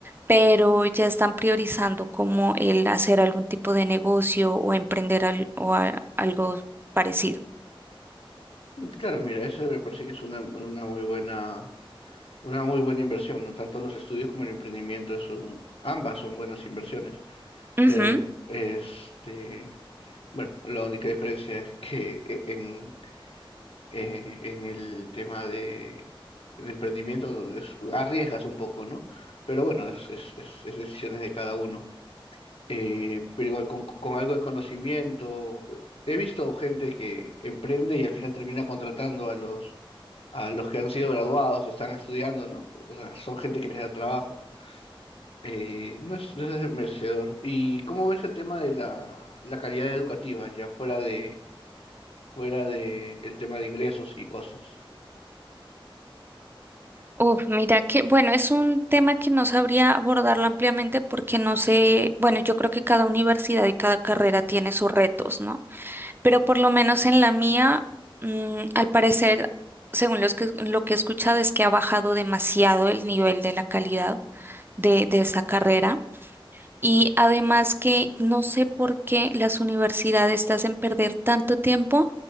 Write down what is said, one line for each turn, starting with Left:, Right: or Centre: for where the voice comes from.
Right: pero ya están priorizando como el hacer algún tipo de negocio o emprender al- o a- algo parecido.
Left: Claro, mira, eso me parece que es una, una muy buena, una muy buena inversión, ¿no? Tanto los estudios como el emprendimiento son, ambas son buenas inversiones.
Right: Ujú.
Left: Le- este, bueno, la única diferencia es que e- en, eh, en el tema de, de emprendimiento es- arriesgas un poco, ¿no? Pero bueno, es, es, es- es decisiones de cada uno. Eh, pero igual con, con algo de conocimiento, he visto gente que emprende y al final termina contratando a los, a los que han sido graduados o están estudiando, ¿no? O sea, son gente que les da trabajo. Eh, no es, no es merecedor. ¿Y cómo ves el tema de la, la calidad educativa, ya fuera de, fuera de el tema de ingresos y cosas?
Right: Uf, mira que, bueno, es un tema que no sabría abordarlo ampliamente porque no sé, bueno, yo creo que cada universidad y cada carrera tiene sus retos, ¿no? pero por lo menos en la mía, mm, al parecer, según los que- lo que he escuchado, es que ha bajado demasiado el nivel de la calidad de, de esa carrera. Y además que no sé por qué las universidades te hacen perder tanto tiempo